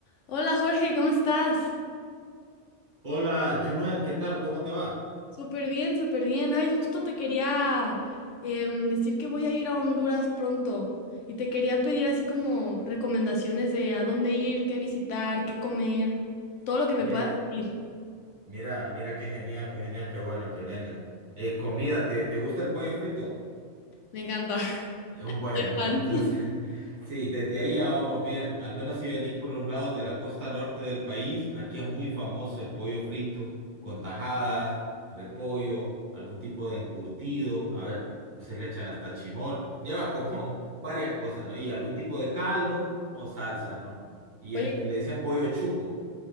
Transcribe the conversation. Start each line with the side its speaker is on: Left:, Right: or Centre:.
Left: Hola Jorge, ¿cómo estás?
Right: Hola, Junuet, ¿qué tal? ¿Cómo te va?
Left: Súper bien, súper bien. Ay, justo te quería em, decir que voy a ir a Honduras pronto y te quería pedir así como recomendaciones de a dónde ir, qué visitar, qué comer, todo lo que me
Right: Mira,
Left: puedas decir.
Right: mira, mira qué genial, qué genial, qué bueno que venga. Eh, comida, ¿te, te gusta el pollo frito?
Left: Me encanta. <laughs>
Right: Eh, Bueno,
Left: Soy fan.
Right: entonces, <laughs> sí, desde ahí ya vamos bien. Al menos si venís por los lados de la costa norte del país, aquí es muy famoso el pollo frito, con tajadas, repollo, algún tipo de encurtido, a veces le echan hasta chimol, lleva como <laughs> varias cosas, ¿no? Y algún tipo de caldo o salsas, ¿no? Y
Left: Oye,
Right: es- le dicen pollo chuco.